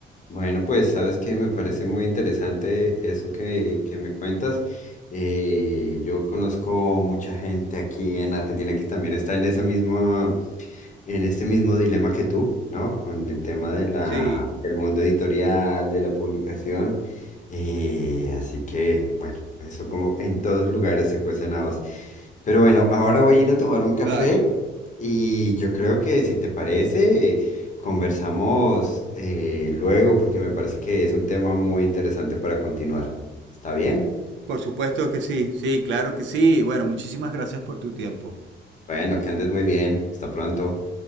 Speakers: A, on the left; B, on the right.
A: Bueno, pues sabes que me parece muy interesante eso que, que me cuentas. Eh, yo conozco mucha gente aquí en Argentina que también está en esa misma en este mismo dilema que tú, ¿no? Con el tema de la,
B: Sí,
A: del mundo editorial, de la publicación. Eh, así que, bueno, eso como en todos lugares se cuecen habas. Pero bueno, ahora voy a ir a tomar un café
B: claro.
A: y yo creo que si te parece, conversamos eh, luego porque me parece que es un tema muy interesante para continuar. ¿Está bien?
B: Por supuesto que sí, sí, claro que sí. Bueno, muchísimas gracias por tu tiempo.
A: Bueno, que andes muy bien. Hasta pronto.